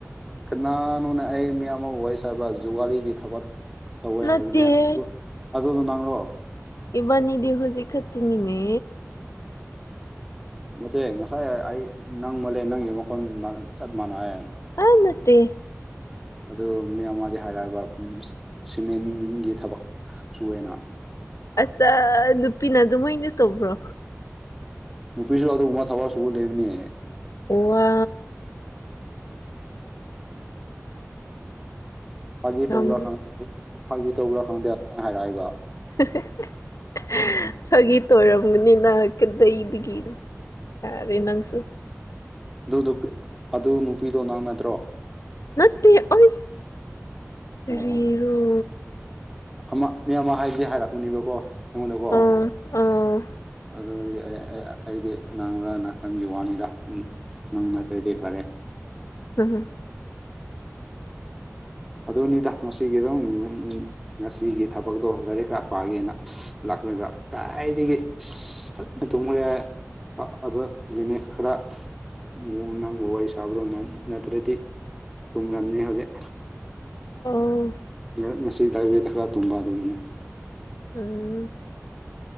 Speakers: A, in the centre; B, on the left.
A: ꯀꯅꯥꯅꯣꯅꯦ ꯑꯩ ꯃꯤꯌꯥꯝ ꯑꯃ ꯋꯥꯔꯤ ꯁꯥꯕ ꯖꯨꯋꯥꯂꯤꯒꯤ ꯊꯕꯛ ꯇꯧꯋꯦ
B: ꯅꯠꯇꯦꯍꯦ
A: ꯍꯥꯏꯕꯅꯦ ꯑꯗꯨ ꯑꯗꯨꯗꯣ ꯅꯪꯂꯣ
B: ꯏꯕꯥꯅꯤꯗꯤ ꯍꯧꯖꯤꯛ ꯈꯛꯇꯅꯤꯅꯦ
A: ꯅꯠꯇꯦ ꯉꯁꯥꯏ ꯑꯩ ꯅꯪ ꯃꯜꯂꯦ ꯅꯪꯒꯤ ꯃꯈꯣꯟ ꯆꯞ ꯃꯥꯟꯅꯩ
B: ꯑ ꯅꯠꯇꯦ
A: ꯑꯗꯨ ꯃꯤ ꯑꯃ ꯍꯥꯏꯔꯛꯑꯕ ꯁꯤꯃꯦꯟꯒꯤ ꯊꯕꯛ ꯁꯨꯋꯦꯅ
B: ꯑꯆꯥ ꯅꯨꯄꯤꯅ ꯑꯗꯨꯃꯥꯏꯅ ꯇꯧꯕ꯭ꯔꯣ
A: ꯅꯨꯄꯤꯁꯨ ꯑꯗꯨꯒꯨꯝꯕ ꯊꯕꯛ ꯑꯆꯧꯕꯥ ꯂꯩꯕꯅꯦ
B: ꯋꯥ
A: ꯐꯥꯒꯤ
B: ꯌꯥꯝ
A: ꯇꯧꯕ꯭ꯔꯥ ꯈꯪꯗꯦ ꯐꯥꯒꯤ ꯇꯧꯕ꯭ꯔꯥ ꯈꯪꯗꯦ ꯑꯗꯨꯃꯥꯏ ꯍꯥꯏꯔꯑꯦ ꯍꯥꯏꯕ
B: <unintelligible> ꯐꯥꯒꯤ ꯇꯧꯔꯝꯒꯅꯤꯅ ꯀꯗꯩꯗꯒꯤ ꯌꯥꯔꯦ ꯅꯪꯁꯨ
A: ꯑꯗꯨ ꯅꯨꯄꯤ ꯑꯗꯨ ꯅꯨꯄꯤꯗꯣ ꯅꯪꯅꯗ꯭ꯔꯣ
B: ꯅꯠꯇꯦ ꯑꯩ
A: ꯑꯣ
B: ꯀꯔꯤꯔꯣ
A: ꯑꯃ ꯃꯤ ꯑꯃ ꯍꯥꯏꯗꯤ ꯍꯥꯏꯔꯛꯄꯅꯦꯕꯀꯣ ꯑꯩꯉꯣꯟꯗꯀꯣ
B: ꯑꯥ ꯑꯥ
A: ꯑꯗꯨꯗꯤ ꯑꯩ ꯑꯩ ꯑꯩ ꯑꯩꯗꯤ ꯅꯪꯔꯅ ꯈꯟꯒꯤ ꯋꯥꯅꯤꯗ ꯎꯝ ꯅꯪ ꯅꯠꯇ꯭ꯔꯗꯤ ꯐꯔꯦ
B: ꯍꯨꯝ ꯍꯨꯝ
A: ꯑꯗꯨꯅꯤꯗ ꯉꯁꯤꯒꯤꯗꯨꯝ ꯉꯁꯤꯒꯤ ꯊꯕꯛꯇꯣ ꯂꯥꯏꯔꯤꯛ ꯈꯔ ꯄꯥꯒꯦꯅ ꯂꯥꯛꯂꯒ ꯀꯥꯏꯗꯒꯤ ꯏꯁ ꯐꯖꯅ ꯇꯨꯝꯈ꯭ꯔꯦ ꯍꯥꯏ ꯑ ꯑꯗꯨꯗ ꯃꯤꯅꯤꯠ ꯈꯔ ꯔꯨꯡ ꯅꯪꯕꯨ ꯋꯥꯔꯤ ꯁꯥꯕꯗꯣ ꯅꯠ ꯅꯠꯇ꯭ꯔꯗꯤ ꯊꯨꯝꯔꯝꯅꯤ ꯍꯧꯖꯤꯛ
B: ꯑꯣ
A: ꯉꯔꯛ ꯉꯁꯤ ꯂꯥꯏꯕꯦꯔꯤꯗ ꯈꯔ ꯇꯨꯝꯕ ꯑꯗꯨꯒꯤꯅꯦ
B: ꯎꯝ